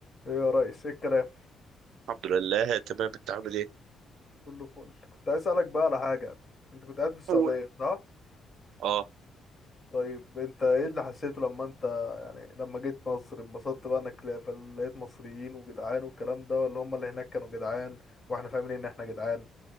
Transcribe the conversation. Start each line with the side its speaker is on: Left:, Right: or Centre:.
Left: ايه يا ريس ايه الكلام
Right: الحمد لله تمام انت عامل ايه
Left: كله فل كنت عايز اسالك بقى على حاجه انت كنت قاعد في السعوديه
Right: قول
Left: صح
Right: اه
Left: طيب انت ايه اللي حسيته لما انت يعني لما جيت مصر انبسطت بقى انك لا- فل- لقيت مصريين وجدعان والكلام ده ولا هم اللي هناك كانوا جدعان واحنا فاهمين ان احنا جدعان